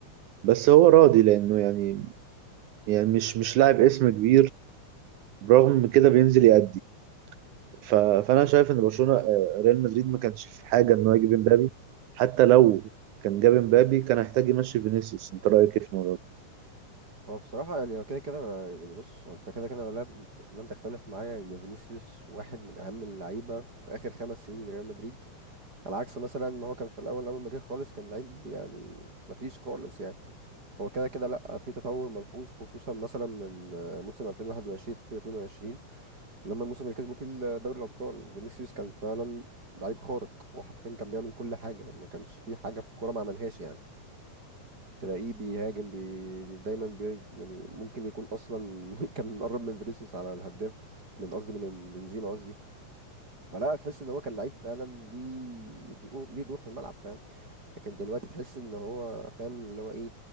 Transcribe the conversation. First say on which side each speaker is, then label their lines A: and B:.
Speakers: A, on the right; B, on the right.
A: بس هو راضي لانه يعني يعني مش مش لاعب اسم كبير برغم كده بينزل يأدي ف- فانا شايف ان برشلونه آه، ريال مدريد ما كانش في حاجه انه يجيب امبابي حتى لو كان جاب امبابي كان هيحتاج يمشي فينيسيوس انت رايك ايه في الموضوع ده؟
B: هو بصراحة يعني هو كده كده أنا يعني بص هو أنت كده كده لا لن تختلف معايا إن فينيسيوس واحد من أهم اللعيبة في آخر خمس سنين لريال مدريد على عكس مثلا ما هو كان في الأول أول ما جه خالص كان لعيب يعني مفيش خالص يعني هو كده كده لا في تطور ملحوظ خصوصا مثلا من آه، موسم 2021 2022 لما الموسم اللي كسبوا فيه دوري الابطال فينيسيوس كان فعلا لعيب خارق وحرفيا كان بيعمل كل حاجه ما كانش في حاجه في الكوره ما عملهاش يعني تلاقيه بيهاجم بي... بي دايما بي... يعني ممكن يكون اصلا <laughs> كان قرب من فينيسيوس على الهداف من قصدي من بنزيما قصدي فلا تحس ان هو كان لعيب فعلا ليه دور ليه دور في الملعب فعلا لكن دلوقتي تحس ان هو فاهم اللي هو ايه